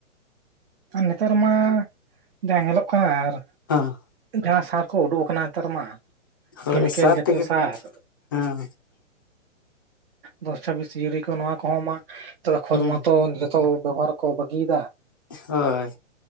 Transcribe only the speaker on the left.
ᱟᱻ
ᱦᱳᱭ
ᱥᱟᱨ
ᱛᱮᱜᱮ
ᱦᱮᱸ
ᱦᱩᱸ
ᱦᱳᱭ